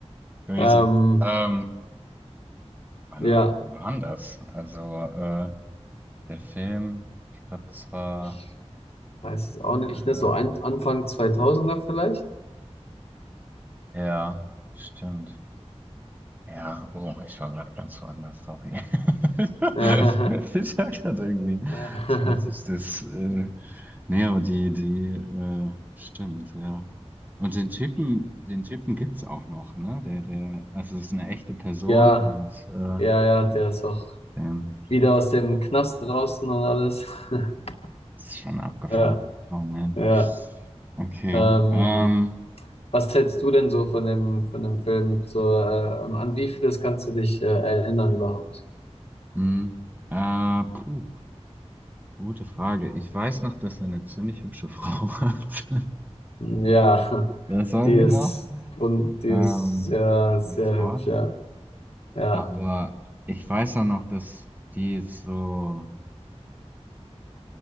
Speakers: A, on the right; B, on the left.
A: Crazy.
B: Ähm,
A: Ähm, wann
B: ja.
A: war denn das? Also, äh, der Film, ich glaube, das war
B: ich Weiß es
A: Ende.
B: auch nicht, ne? So an, Anfang zweitausender er vielleicht?
A: Ja, stimmt. Ja, oh, ich war gerade ganz woanders, sorry. <laughs> Ich
B: <laughs>
A: war gerade irgendwie
B: Ja,
A: 20. Äh, nee, aber die, die, äh, stimmt, ja. Und den Typen, den Typen gibt's auch noch, ne? Der, der, also es ist eine echte Person
B: ja,
A: und äh,
B: ja, ja, der ist auch
A: ähm,
B: wieder aus dem Knast draußen und alles. <laughs>
A: ist schon abgefahren.
B: Ja,
A: Oh man.
B: ja.
A: Okay.
B: Ähm,
A: Ähm,
B: was hältst du denn so von dem, von dem Film? So, äh, an an wie vieles kannst du dich äh, erinnern überhaupt?
A: hm, äh, puh, gute Frage. Ich weiß noch, dass er eine ziemlich hübsche Frau <laughs> hat.
B: Ja,
A: Das
B: <laughs>
A: weiß
B: die ist,
A: ich noch.
B: wund- die
A: Ähm,
B: ist sehr, sehr
A: die ist hart.
B: hübsch, ja. Ja,
A: Aber ich weiß auch noch, dass die so,